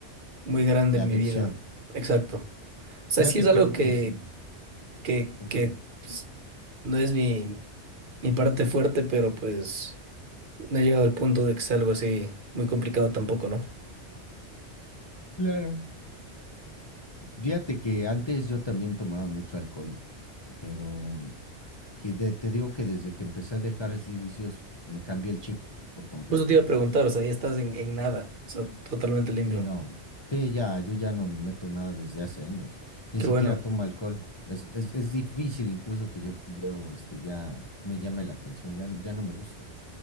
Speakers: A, on the right; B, on the left.
A: muy grande
B: Y
A: en
B: adicción.
A: mi vida. Exacto. O sea,
B: Fíjate
A: sí es
B: que
A: algo
B: antes...
A: que,
B: sí.
A: que,
B: Ujú.
A: que pues, no es mi, mi parte fuerte, pero pues no he llegado al punto de que sea algo así muy complicado tampoco, ¿no?
B: Claro. Fíjate que antes yo también tomaba mucho alcohol, pero que de- te digo que desde que empecé a dejar así vicios, me cambió el chip por completo.
A: Justo te iba a preguntar, o sea, ya estás en, en nada, o sea, totalmente limpio.
B: Sí, no. Sí, ya, yo ya no me meto nada desde hace años. Ni
A: Qué
B: siquiera
A: bueno.
B: tomo alcohol. Es, es, es difícil incluso que yo, yo este, ya me llame la atención, ya, ya no me gusta.